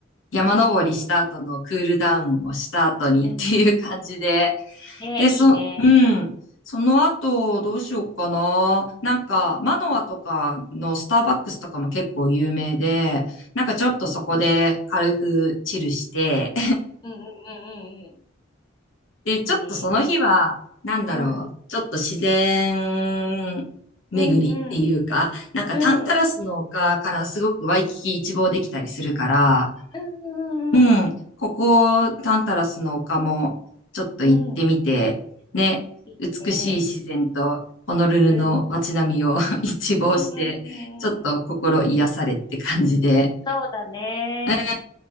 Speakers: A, on the left (about 80°); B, on the left (about 20°).
A: 山登りした後のクールダウンをした後にっていう感じで。
B: オッケー。うん。ね、
A: で、
B: いいね。
A: そ、うん。その後、どうしようかな。なんか、
B: うん
A: マノアとかのスターバックスとかも結構有名で、なんかちょっとそこで軽くチルして、
B: うんうんうんうんうんうん。
A: で、
B: いいね。
A: ちょっとその日は、なんだろう、
B: うん。
A: ちょっと自然巡りっていうか、
B: うんうん。
A: なんかタンタラスの丘からすごくワイキキ一望できたりするから、
B: うん。うんうん
A: うん、ここタンタラスの丘もちょっと行ってみて、
B: うん。うん。
A: ね、
B: いいね。
A: 美しい自然とホノルルの街並みを
B: うんうんうん。
A: <laughs> 一望して、
B: うんうんうんうん。
A: ちょっと心癒されって感じで。
B: そうだね。
A: う